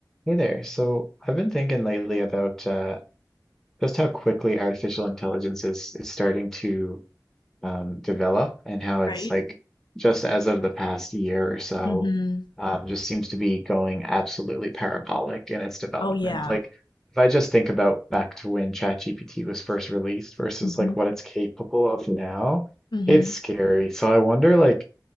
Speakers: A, in the centre; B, on the left (about 85°).
A: Hey there. So I've been thinking lately about uh, just how quickly artificial intelligence is is starting to um, develop and how it's
B: Right?
A: like just as of the past year or so,
B: Mhm.
A: um, just seems to be going absolutely parabolic in its development.
B: Oh, yeah.
A: Like if I just think about back to when ChatGPT was first released versus
B: Mhm.
A: like what it's capable of now,
B: Mhm.
A: it's scary. So I wonder like